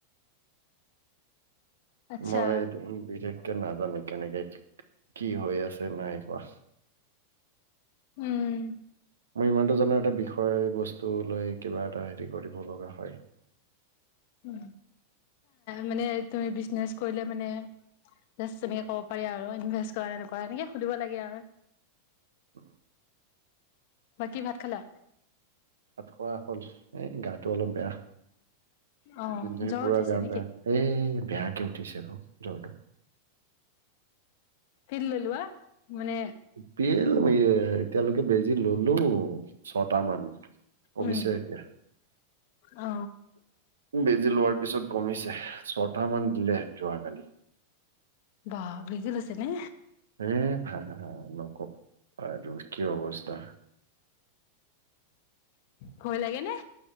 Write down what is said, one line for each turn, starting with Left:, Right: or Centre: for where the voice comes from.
Left: আচ্ছা
Right: মই এইটো বিশেষকে নাজানো কেনেকে কি হৈ আছে নাই হোৱা
Left: উম
Right: মই ইমানটো জানো এটা বিষয় বস্তু লৈ কিবা এটা হেৰি কৰিব লগা হয়
Left: উ মানে তুমি বিজনেচ কৰিলে মানে জাষ্ট তেনেকে ক'ব পাৰি আৰু ইনভেষ্ট কৰা নকৰা এনেকে সুধিব লাগে আৰু
Right: উম
Left: বাকী ভাত খালা
Right: ভাত খোৱা হ'ল এ গাটো অলপ বেয়া
Left: অ
Right: দুদিন ধৰি
Left: জ্বৰ
Right: পুৰা
Left: উঠিছে
Right: গা
Left: নেকি
Right: বেয়া এই বেয়া কে উঠিছে অ জ্বৰটো
Left: পিল লৈ লোৱা মানে
Right: পিল এই অ এতিয়ালৈকে বেজি ললো ছটা মান কমিছে
Left: উম
Right: এতিয়া
Left: অ
Right: বেজি লোৱাৰ পিছত কমিছে ছটা মান দিলে যোৱাকালি
Left: বাহ বেজি লৈছা নে
Right: এ ভা নকবা আৰু কি অৱস্থা
Left: ভয় লাগে নে